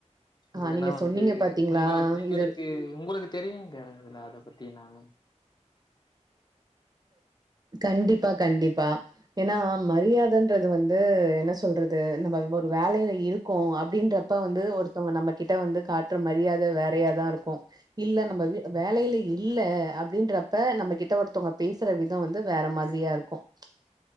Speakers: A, on the right; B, on the left.
A: ஆ
B: இல்லனா
A: நீங்க
B: வந்து
A: சொன்னீங்க பாத்தீங்களா
B: உங்குளுக்கு உங்குளுக்கு
A: இது
B: உங்குளுக்கு தெரியுங்க இதல அத பத்தி என்னானு
A: கண்டிப்பா கண்டிப்பா ஏன்னா மரியாதன்றது வந்து என்ன சொல்றது நம்ம ஒரு வேலையில இருக்கோ அப் அப்டின்றப்ப வந்து ஒருத்தவங்க நம்ம கிட்ட வந்து காட்ற மரியாதை வேறையாதா இருக்கும் இல்ல நம்ம வேலையில இல்ல அப்டின்ற இப்ப நம்ம கிட்ட ஒருத்தவங்க பேசுற விதம் வந்து வேற மாதிரியா இருக்கும்